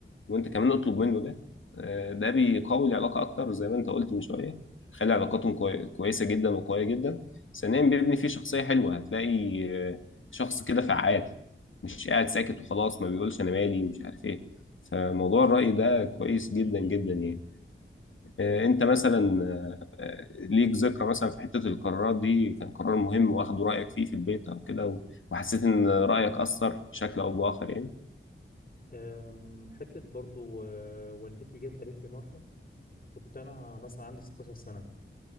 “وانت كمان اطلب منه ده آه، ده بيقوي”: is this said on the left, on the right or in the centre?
Left